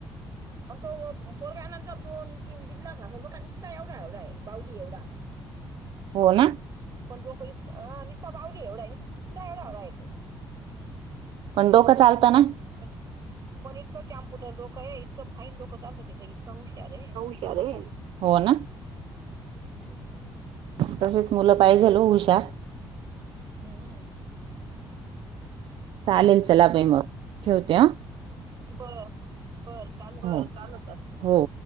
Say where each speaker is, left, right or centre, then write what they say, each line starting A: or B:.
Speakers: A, on the right; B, on the right.
A: आणि तो पोरगनंतर दोन तीन बिल्ला असेल बघा निसताय एवढा एवढा आहे बाऊली एवढा
B: बोला
A: पण रोको इ निसाब आवडी एवढा आहे निस् एवढा होवढा येतो.
B: पण डोकं चालतं ना.
A: पण पण इतकं कम्पुटर लोकय इकं फाईन लोक चालतातं इतं हुशार आहे.
B: क्या रे हो ना
A: हम्म
B: तसेच मुलं पाहिजेल हुशार
A: हम्.
B: चालेल, चला बाई मग ठेवते हा,
A: बर बर, चालू
B: हो
A: होतं आता
B: हो हो,